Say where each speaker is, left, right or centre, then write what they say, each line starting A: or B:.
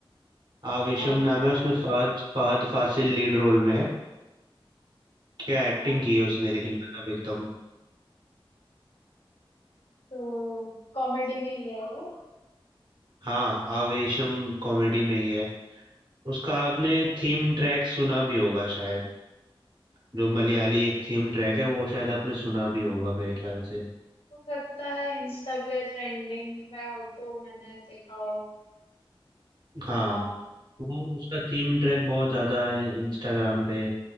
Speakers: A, on the right; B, on the left.
A: आवेशम
B: और
A: नाम है उसमें फहद फहद फासिल लीड रोल में है क्या एक्टिंग
B: अ,
A: की है उसने लेकिन गजब एकदम
B: तो कॉमेडी में ही है ये
A: हाँ आवेशम कॉमेडी में ही है उसका आपने थीम ट्रैक सुना भी होगा शायद जो मलयाली एक थीम ट्रैक है वो शायद आपने सुना भी होगा मेरे ख्याल से
B: हो सकता है इंस्टा पे ट्रेंडिंग में हो तो मैंने देखा हो
A: हाँ
B: सुना हो
A: वो उसका थीम ट्रैक बहुत ज्यादा इंस्टाग्राम पे